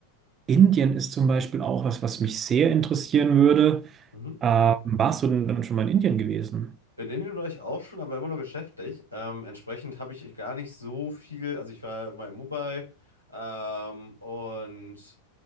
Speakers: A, on the right; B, on the left.
A: Indien ist zum Beispiel auch was, was mich sehr interessieren würde.
B: Mhm.
A: Ähm, warst du denn dann schon mal in Indien gewesen?
B: In Indien war ich auch schon, aber immer nur geschäftlich. Ähm, entsprechend habe ich gar nicht so viel. Also ich war mal in Mumbai ähm, und